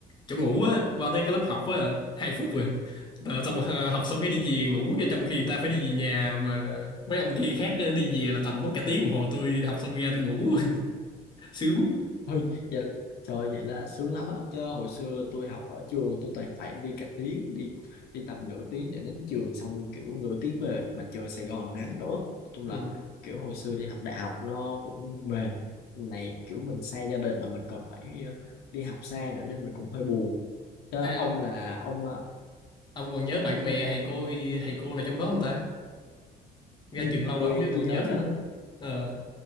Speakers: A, on the left; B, on the left.
A: chỗ ngủ á qua tới cái lớp học á hai phút rồi Rồi xong rồi, ờ, học xong cái đi về ngủ cái trong khi người ta phải đi về nhà mà mấy ông kia khác đi về là tầm mất cả tiếng đồng hồ tôi học xong ra tôi ngủ <laughs> sướng
B: Ôi, vậy là, trời vậy là sướng lắm á chứ hồi xưa tôi học ở trường tôi toàn phải đi cả tiếng đi đi tầm nửa tiếng để đến trường xong kiểu nửa tiếng về mà trời Sài Gòn nắng nữa nói chung
A: ừ.
B: là kiểu hồi xưa đi học đại học nó cũng mệt này kiểu mình xa gia đình mà mình còn phải ờ, đi học xa nữa nên mình cũng hơi buồn Chứ
A: Ê,
B: ông
A: ông,
B: là ông ờ,
A: ông còn nhớ bạn bè thầy cô thầy cô nào trong đó không ta ra
B: ừ,
A: trường lâu
B: tôi
A: rồi không biết ông
B: tôi
A: còn
B: nhớ
A: nhớ
B: chứ
A: không không ờ,